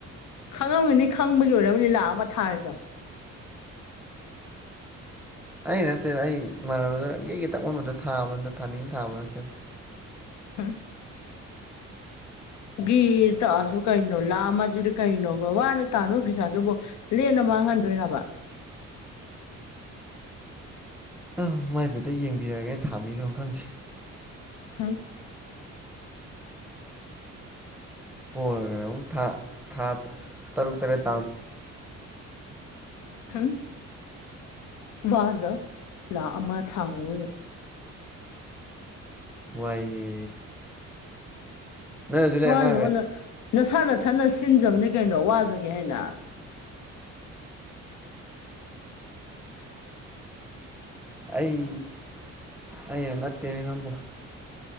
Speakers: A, on the left (about 70°); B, in the centre.
A: ꯈꯪꯉꯝꯒꯅꯤ ꯈꯪꯕꯒꯤ ꯑꯣꯏꯔꯕꯗꯤ ꯂꯥꯛ ꯑꯃ ꯊꯥꯔꯤꯗꯣ
B: ꯑꯩ ꯅꯠꯇꯦꯗ ꯑꯩ ꯏꯃꯥꯟꯅꯕꯗꯨ ꯅꯪ ꯀꯩꯒꯤ ꯇꯛꯂꯝꯝꯕꯗꯣ ꯊꯥꯕꯅꯤꯅ ꯊꯥꯅꯤꯡ ꯊꯥꯕ ꯅꯠꯇꯦꯅ
A: ꯍꯥ ꯒꯔꯤ ꯇꯛꯑꯁꯨ ꯀꯩꯅꯣ ꯂꯥꯛ ꯑꯃꯗꯨꯗꯤ ꯀꯩꯅꯣꯕ ꯋꯥꯅ ꯇꯥꯟꯕ ꯄꯩꯁꯥꯗꯨꯕꯨ ꯂꯦꯝꯅ ꯃꯥꯡ ꯍꯟꯗꯣꯏ ꯔꯥꯕ
B: ꯑꯝ ꯃꯥꯏ ꯕꯤꯠꯇ ꯌꯦꯡꯕꯤꯔꯥꯒꯦ ꯅꯥ ꯊꯥꯕꯤꯒꯔꯝ ꯈꯪꯗꯦ
A: ꯍꯝ
B: ꯄꫭꯔꯒꯅ ꯑꯃꯨꯛ ꯊꯥ ꯇꯔꯨꯛ ꯇꯔꯦꯠ
A: ꯍꯝ ꯋꯥꯖ ꯂꯃ ꯁꯥꯡꯃ
B: ꯋꯥꯏꯌꯦ ꯅ ꯍꯧꯖꯂ
A: ꯋꯥꯅ
B: ꯀ
A: ꯋꯥꯅ ꯅꯁꯥ ꯅ ꯊꯅ ꯁꯤꯟꯖꯕꯅꯦ ꯀꯩꯅꯣ ꯋꯥꯖꯒꯦ ꯍꯥꯏꯅ
B: ꯑꯩ ꯑꯩꯅ ꯅꯠꯇꯦꯅꯦ ꯅꯪꯕꯨꯣ